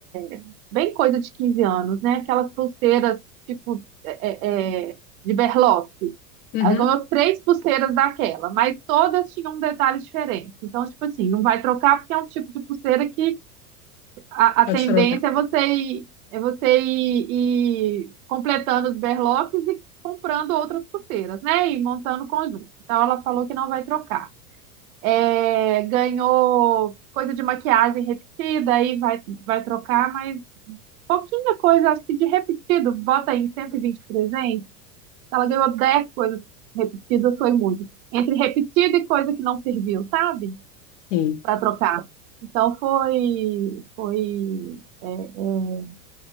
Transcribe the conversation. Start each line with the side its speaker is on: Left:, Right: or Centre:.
Right: é, bem coisa de 15 anos, né? Aquelas pulseiras, tipo, é, é, é, de berloque.
Left: Uhum,
Right: Ela ganhou três pulseiras daquela, mas todas tinham um detalhe diferente. Então, tipo assim, não vai trocar porque é um tipo de pulseira que a,
Left: pode
Right: a tendência
Left: trocar.
Right: é você ir, é você ir, ir completando os berloques e comprando outras pulseiras, né? E montando o conjunto. Então, ela falou que não vai trocar é, ganhou coisa de maquiagem repetida, aí vai, vai trocar, mas pouquinha coisa, acho que de repetido, bota aí 120 presentes, ela ganhou 10 coisas repetidas, foi muito. Entre repetido e coisa que não serviu, sabe?
Left: Sim.
Right: Para trocar. Então foi, foi, é, é,